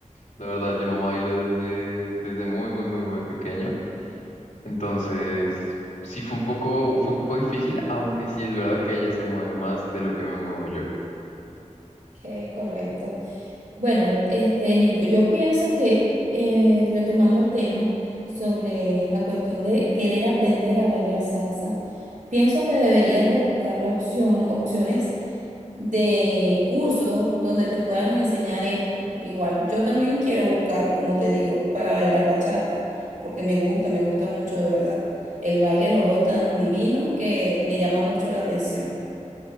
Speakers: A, on the left (about 70°); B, on the right (about 80°).
A: La verdad, yo no bailo desde, desde muy, muy, muy, muy pequeño. Entonces, sí fue un poco, fue un poco difícil, aunque sí es verdad que ella se mueve más de lo que me muevo yo.
B: Qué correcto. Bueno, este, Nico, yo pienso que eh, retomando el tema sobre la cuestión de querer aprender a bailar salsa, pienso que deberías de buscar la opción, opciones de cursos donde te puedan enseñar esto. Igual, yo también quiero buscar, como te digo, para bailar bachata, porque me gusta, me gusta mucho de verdad. El baile lo veo tan divino que me llama mucho la atención.